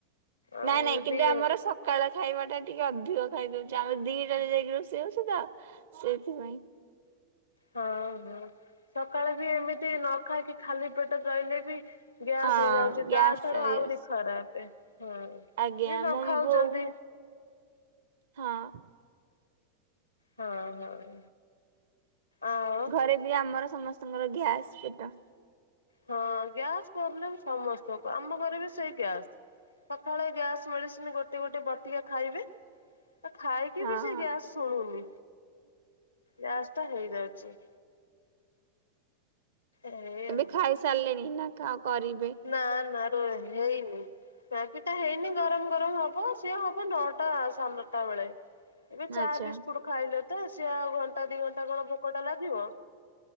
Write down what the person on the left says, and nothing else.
ଆଉ
ଦି
ହଁ ହଁ ସକାଳେ ବି ଏମିତି ନ ଖାଇକି ଖାଲି ପେଟ ରହିଲେ ବି ଗ୍ୟାସ୍
ହେଇଯାଉଛି
ତା ଠାରୁ
ଆହୁରି ଖରାପ ହୁଁ।
ଯିଏ ନଖାଉଛନ୍ତି
ହଁ ହଁ। ଆଉ
ହଁ ଗ୍ୟାସ ପ୍ରୋବ୍ଲେମ ସମସ୍ତଙ୍କୁ ଆମ ଘରେ ବି ସେଇ ଗ୍ୟାସ୍ ସକାଳେ ଗ୍ୟାସ ମେଡିସିନ ଗୋଟେ ଗୋଟେ ବଟିକା ଖାଇବେ ତ ଖାଇକି
ବି ସେ
ଗ୍ୟାସ ଶୁଣୁନି ଗ୍ୟାସ ଟା ହେଇଯାଉଛି। ଏଇ
ଆଉ।
ନା ନା ହେଇନି। ବାକିଟ ହେଇନି ଗରମ ଗରମ ହବ ସିଏ ହବ ନଅଟା ସାନଟା ବେଳେ ଏବେ ଚା
ବିସ୍କୁଟ ଖାଇଲେ ତ ସିଏ ଆଉ ଘଣ୍ଟା ଦି ଘଣ୍ଟା କଣ ଭୋକ ଟା ଲାଗିବ।